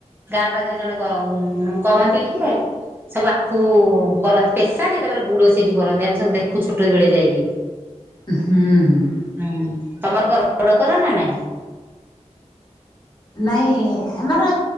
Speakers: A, on the right; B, on the left.
A: ଗାଁ ପାଖରେ ଜଣେ କରନ୍ତି। ଏଠି ସବୁ ଆଖୁ କରନ୍ତି ପେଶାନ୍ତି ତାପରେ ଗୁଡ ସେଇଠି କରନ୍ତି ଆମେ ସବୁ ଦେଖୁ ଛୋଟ ଝଡଆ ଯାଇକି।
B: ହୁଁ।
A: ହୁଁ ତମର କ ଗୁଡ କର ନା ନାଇଁ।
B: ନାଇଁ ଆମର